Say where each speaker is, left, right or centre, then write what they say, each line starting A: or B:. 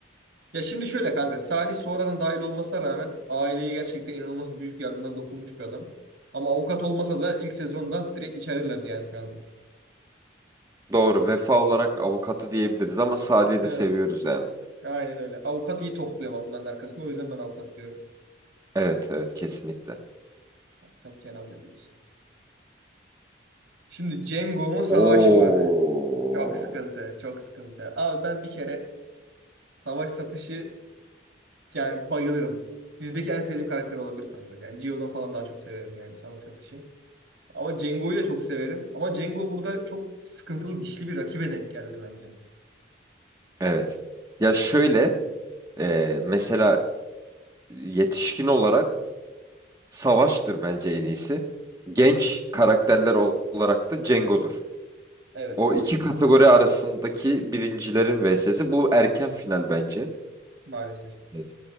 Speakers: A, on the right; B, on the right.
A: ya şimdi şöyle kanka Salih sonradan dahil olmasına rağmen aileye gerçekten inanılmaz büyük yardımlar dokunmuş bir adam. Ama avukat olmasa da ilk sezondan direkt içerirlerdi yani şu anda.
B: Doğru. Vefa olarak avukatı diyebiliriz ama Salih'i
A: Ha, Evet,
B: de seviyoruz yani.
A: aynen öyle. Avukat iyi topluyor ama bunların arkasında. O yüzden ben avukat diyorum.
B: Evet, evet kesinlikle.
A: Avukat Kenan Bebek. Şimdi Cengo mu savaş
B: Oo.
A: mı? <laughs> Çok sıkıntı, çok sıkıntı. Abi ben bir kere savaş satışı yani bayılırım. Dizideki en sevdiğim karakter olabilir kanka. Yani Gio'dan falan daha çok severim yani savaş satışı. Ama Cengo'yu da çok severim. Ama Cengo burada çok sıkıntılı dişli bir rakibe denk geldi bence.
B: Evet. Ya şöyle, e, mesela yetişkin olarak Savaş'tır bence en iyisi. Genç
A: Hı hı.
B: karakterler olarak da Cengo'dur.
A: Evet.
B: O iki kategori arasındaki birincilerin vs'si. Bu erken final bence.
A: Maalesef.
B: Evet.